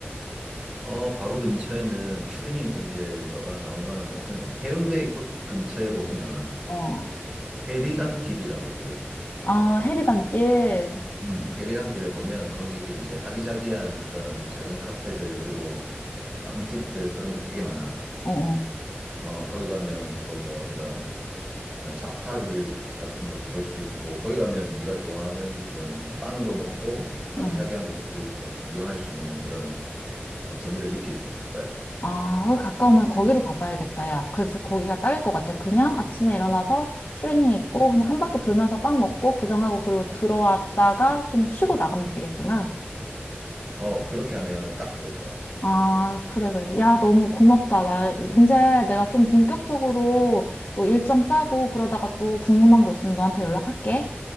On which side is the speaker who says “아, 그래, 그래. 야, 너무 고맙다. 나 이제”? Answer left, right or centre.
Left